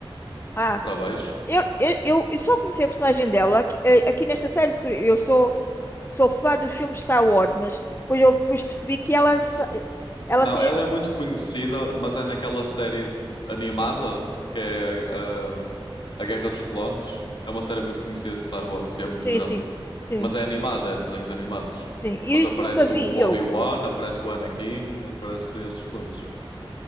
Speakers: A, on the left; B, on the left.
A: ah,
B: para baixo.
A: eu, eu, eu eu só conheci a personagem dela aqui, eh, aqui nesta série, porque eu sou, sou fã dos filmes de Star Wars, mas depois eu depois percebi que ela, sa-
B: Se-
A: ela
B: Não,
A: teve.
B: ela é muito conhecida, mas é naquela série animada que é uh, A Guerra dos Clones. É uma série muito conhecida de Star Wars e é muito
A: Sim,
B: grande.
A: sim, sim,
B: Mas é animada, é desenhos animados.
A: sim. E
B: Mas
A: isso
B: aparece
A: nunca vi
B: o Obi-Wan,
A: eu.
B: aparece o Anakin, aparece esses todos.